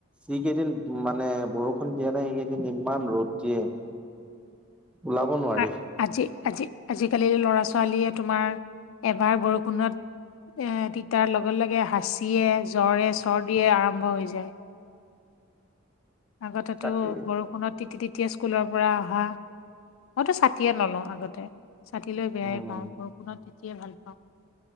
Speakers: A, in the centre; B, on the left.
A: যি কেইদিন মানে বৰষুণ দিয়া নাই সেই কেইদিন ইমান ৰ'দ দিয়ে।
B: <inaudible>
A: ওলাব নোৱাৰি।
B: আ- আজি -আজি, আজি-কালি ল'ৰা- ছোৱালীয়ে তোমাৰ, এবাৰ বৰষুণত এ তিতাৰ লগে লগে হাঁচিয়ে জ্বৰে চৰ্দিয়ে আৰম্ভ হৈ যায়। আগতেটো
A: তাকে
B: বৰষুণত তিতিয়ে স্কুলৰ পৰা অহা, মইতো ছাতিয়ে নলওঁ আগতে। ছাতি লৈ বেয়াই
A: উম
B: পাওঁ, বৰষুণত তিতিয়াই ভাল পাওঁ।